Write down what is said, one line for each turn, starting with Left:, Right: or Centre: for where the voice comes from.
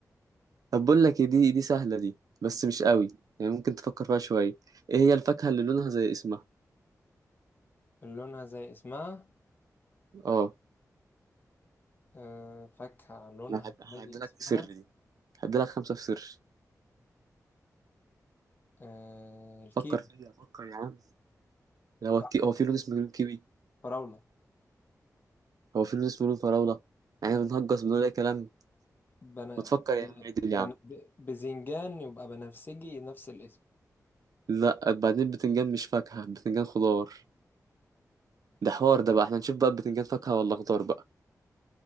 Right: طب بقول لك إيه، دي دي سهلة دي بس مش قوي يعني ممكن تفكر فيها شوية ايه هي الفاكهة اللي لونها زي اسمها
Left: لونها زي اسمها
Right: اه
Left: آه، فاكهة لونها
Right: انا هد- هديلك
Left: زي اسمها
Right: سر دي هديلك خمسة في سر
Left: آه، الكيوي
Right: فكر فيها فكر يا عم هو
Left: فراولة
Right: الكي... هو في لون اسمه لون كيوي
Left: فراولة
Right: هو في لون اسمه لون فراولة يعني بنهجس بنقول اي كلام
Left: بنا...
Right: ما تفكر يا عم عدل
Left: بنا...
Right: يا عم
Left: ب- بزنجان يبقى بنفسجي نفس الاسم
Right: لا بعدين البتنجان مش فاكهة البتنجان خضار ده حوار ده بقى احنا نشوف بقى البتنجان فاكهة ولا خضار بقى